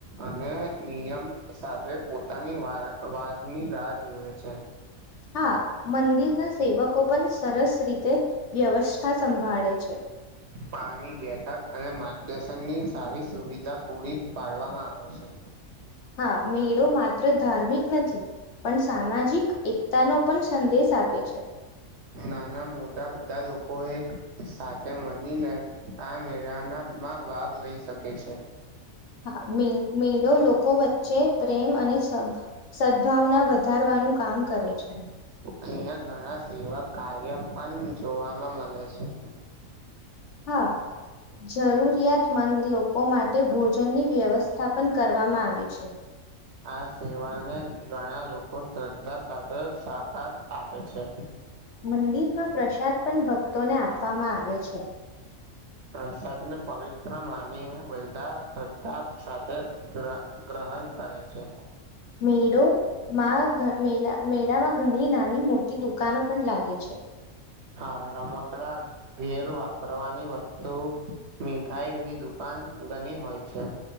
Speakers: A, on the right (about 60°); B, on the left (about 60°).
A: અને નિયમ સાથે પોતાની વારવારની રાહ જોુએ છે.
B: હા મંદિરના સેવકો પણ સરસ રીતે વ્યવસ્થા સંભાળે છે. <inaudible>
A: પાણી બેઠક અને માર્ગદર્શન ની સારી સુવિધા પૂરી પાડવામાં આવે છે.
B: હા મેળો માત્ર ધાર્મિક નથી. પણ સામાજિક એકતા નો પણ સંદેશ આપે છે.
A: નાના મોટા બધા લોકોએ સાથે મળીને આ મેળાના માં ભાગ લઈ શકે છે.
B: હા મે મેળો લોકો વચ્ચે પ્રેમ અને સબ સદ્દભાવના વધારવાનું કામ કરે છે.
A: અહિયાં ઘણા સેવા કાર્ય પણ જોવાવામાં મળે છે.
B: હા જરૂરિયાતમંદ લોકો માટે ભોજનની વ્યવસ્થા પણ કરવામાં આવે છે
A: આ સેવાને ઘણા લોકો શ્રદ્ધા સાથે સકાર આપે છે.
B: મંદિરમાં પ્રસાદ પણ ભક્તોને આપવામાં આવે છે.
A: પ્રસાદ ને પવિત્ર માનીને બધા શ્રદ્ધા સાથે ગહ ગ્રહણ કરે છે.
B: મેળો માં મેળા મેળામાં ઘણી નાની મોટી દુકાનો પણ લાગે છે.
A: હા રમકડા ઘેરો વાપરવાની વસ્તુ મીઠાઈની દુકાન ઘણી હોય છે.